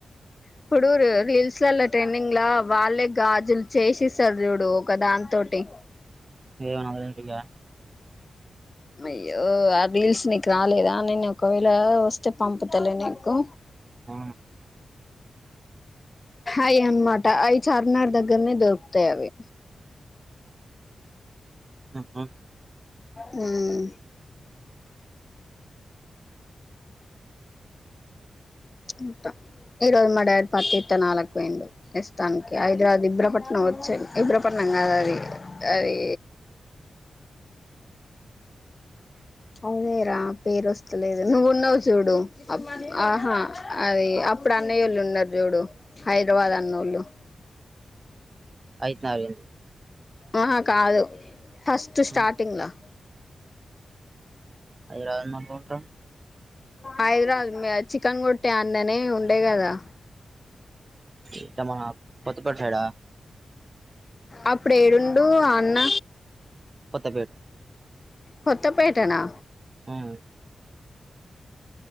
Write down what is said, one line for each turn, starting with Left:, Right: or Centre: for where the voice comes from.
Left: ఇప్పుడు రీ రీల్స్ లల్లో ట్రెండింగ్ ల వాళ్ళే గాజులు చేసిస్తరు చూడు ఒక దాని తోటి
Right: ఏమో నాకేం తెలీదా
Left: అయ్యో ఆ రీల్స్ నీకు రాలేదా నేను ఒకవేళ వస్తే పంపుతలే నీకు
Right: ఆ,
Left: అయి ఉన్నట అయి చార్మినార్ దగ్గరనే దొరుకుతయి అవి
Right: ఉహు
Left: మ్మ్ అంతా ఈరోజు మా డాడీ పత్తి ఇత్తనాలకు బోయిండు ప్రస్తానికి హైదరాబాద్ ఇబ్రపట్నం వచ్చి ఇబ్రపట్నం కాదది అది అదేరా పేరస్తలేదు నువ్వున్నవ్ చూడు అబ్ ఆహా అది అప్పుడు అన్నయ ఓళ్ళు ఉన్నారు జూడు హైదరాబాద్ అన్నోళ్ళు
Right: హైత్ నగరు
Left: ఆహా కాదు ఫస్ట్ స్టార్ంగ్
Right: ఆ,
Left: ల
Right: అది రాజమ కోట
Left: హైదరాబాద్ గా చికన్ గొట్టే అన్ననే ఉండే కదా
Right: అంటే మా పొత్తు కొట్టడ
Left: అప్పుడు ఏడుండు అన్న
Right: కొత్తపేట
Left: కొత్తపేటనా
Right: అవును